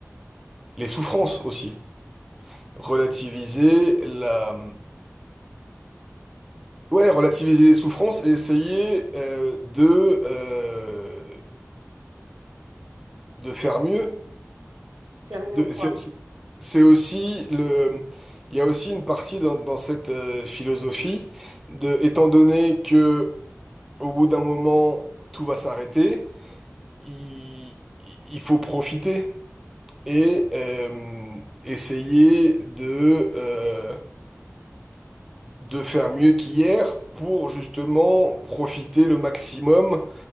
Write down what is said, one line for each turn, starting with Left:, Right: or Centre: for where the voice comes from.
Centre: les souffrances aussi. Relativiser la... Ouais, relativiser les souffrances et essayer euh, de, euh, de faire mieux.
Right: Faire mieux
Centre: De,
Right: quoi.
Centre: c'est, c'est c'est aussi le... Il y a aussi une partie dans, dans cette euh, philosophie de, étant donné que au bout d'un moment, tout va s'arrêter, il, il faut profiter et euh, essayer de, euh, de faire mieux qu'hier pour justement profiter le maximum